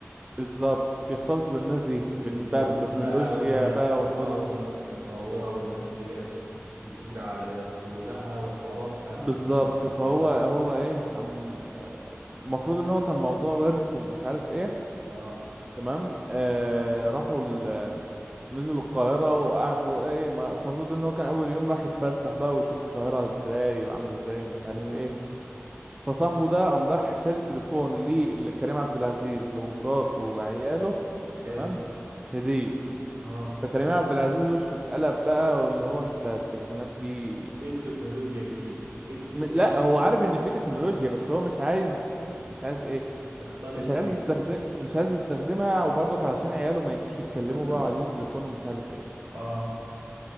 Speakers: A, on the right (about 15°); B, on the right (about 70°).
A: بالظبط بيختلطوا بالناس دي بال-
B: بالمدن
A: بقى بالتكنولوجيا
B: بقى والناس
A: بقى
B: ال-
A: والمدن
B: آه والناس المتطورة والناس اللي هي بت... بتجري على شغلها وحوارات بقى
A: بالظبط
B: الدنيا دي.
A: فهو
B: آه
A: هو ايه أم- المفروض ان هو كان موضوع ورث ومش عارف ايه
B: آه
A: تمام آه راحوا ال نزلوا القاهرة وقعدوا ايه ما- المفروض ان هو كان اول يوم راح يتفسح بقى ويشوف القاهرة ازاي وعاملة ازاي ومش
B: مم.
A: عارف ايه فصاحبه ده قام راح شاري تليفون ليه- لكريم عبد العزيز لمراته وعياله
B: حلو
A: تمام هدية
B: آه
A: فكريم عبد العزيز وشه اتقلب بقى واللي هو انت التليفونات دي
B: إيه التكنولوجيا دي إيه إيه
A: م... لا
B: يعني إيه
A: هو عارف ان في تكنولوجيا بس هو مش عايز مش عايز ايه
B: يختلط
A: مش عايز
B: في
A: يستخدم مش عايز يستخدمها وبرضك علشان عياله ما يجوش يتكلموا
B: <coughs>
A: بقى وعايزين تليفون ومش عارف ايه
B: <clears throat> آه